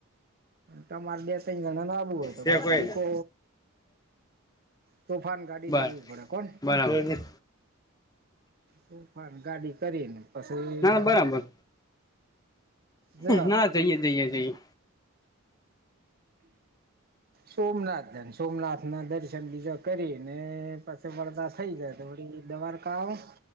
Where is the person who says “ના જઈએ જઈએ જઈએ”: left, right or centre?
Left